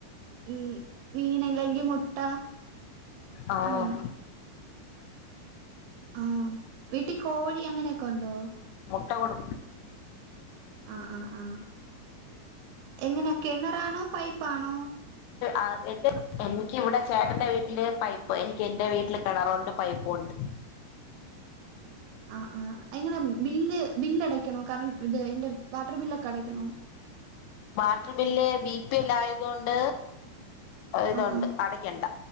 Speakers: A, on the right; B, on the left.
A: ഉം മീനല്ലങ്കി മുട്ട
B: ആഹ്
A: അങ്ങനെ ആഹ് വീട്ടിൽ കോഴി അങ്ങനെ ഒക്കെ ണ്ടോ
B: ട്ട കൊട്
A: ആഹ് ആഹ് ആഹ് എങ്ങനെ കിണറാണോ പൈപ്പാണോ
B: ആ എ എനിക്കിവിടെ ചേട്ടൻറെ വീട്ടില് പൈപ്പ് എനിക്ക് എൻറെ വീട്ടില് കിണറുണ്ട് പൈപ്പുംണ്ട്
A: ആ ആ എങ്ങനെ ബില്ല് ബില്ല് അടക്കണോ കറണ്ട് ഇത് ഇന്റെ വാട്ടർ ബില്ഒക്കെ അടക്കണോ
B: വാട്ടർ ബില്ല് വീട്ടിലായതോണ്ട് ഇതുണ്ട്
A: ആഹ് ആഹ്
B: അടക്കണ്ട